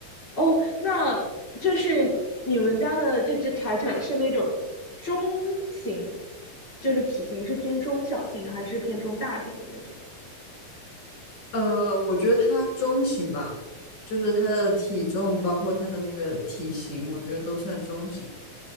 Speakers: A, on the left (about 25°); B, on the left (about 50°).
A: 哦，那就是你们家的这只柴犬是那种中型，就是体型是偏中小型还是偏中大型的那种？
B: 呃，我觉得它中型吧，就是它的体重，包括它的那个体型，我觉得都算中型。